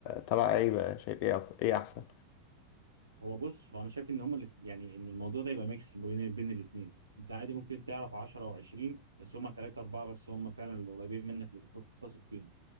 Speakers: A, on the left (about 45°); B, on the right (about 80°).
A: تبع ايه بقى شايف ايه أك- ايه احسن
B: هو بص هو انا شايف ان هما اللي يعني ان الموضوع ده يبقى ميكس بين بين الاثنين انت عادي ممكن تعرف 10 او 20 بس هما 3 4 بس هما فعلا اللي قريبين منك اللي تقدر تثق فيهم